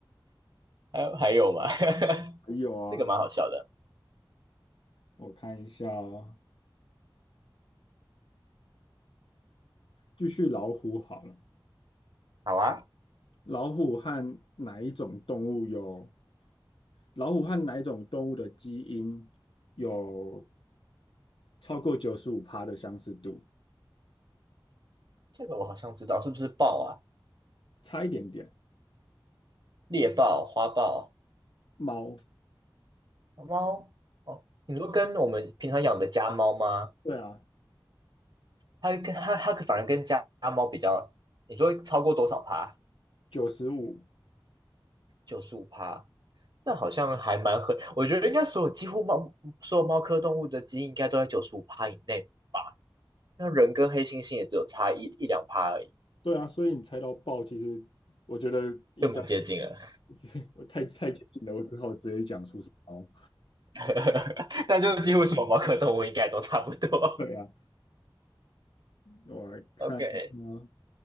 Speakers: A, on the right; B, on the left.
A: 还有还有吗？<laughs>
B: 还有啊，
A: 这个蛮好笑的。
B: 我看一下哦，继续老虎好了。
A: 好啊，
B: 老虎和哪一种动物有？老虎和哪一种动物的基因有超过九十五趴的相似度？
A: 这个我好像知道，是不是豹啊？
B: 差一点点。
A: 猎豹、花豹、
B: 猫，
A: 猫？哦，你说跟我们平常养的家猫吗？
B: 对啊，
A: 它跟它它反而跟家猫比较，你说超过多少趴？
B: 九十五，
A: 九十五趴，那好像还蛮合。我觉得应该所有几乎猫所有猫科动物的基因应该都在九十五趴以内，那人跟黑猩猩也只有差一一两趴而已，
B: 对啊，所以你猜到豹，其实我觉得应该
A: 就蛮接近了。
B: <laughs> 我太太接近了，我只好直接讲出是猫。
A: <laughs> 但就是几乎所有猫科动物应该都差不多。
B: 对啊，我来看一下哦。
A: <laughs> OK，